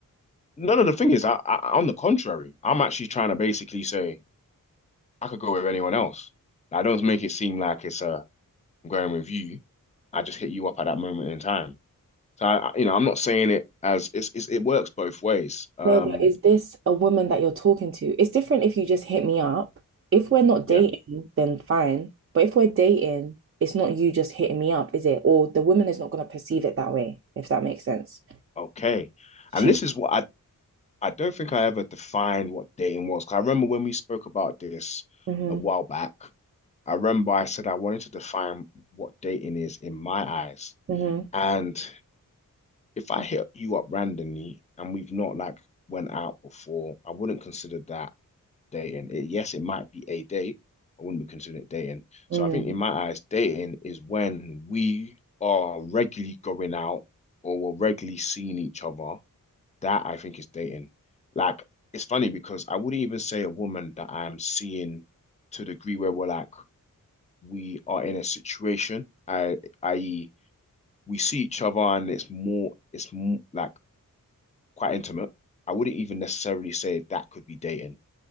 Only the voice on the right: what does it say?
No, but is this a woman that you're talking to? It's different if you just hit me up. If we're not
dating, then fine. But if we're dating, it's not you just hitting me up, is it? Or the woman is not going to perceive it that way, if that makes sense.
She's
hmm
hmm
mm,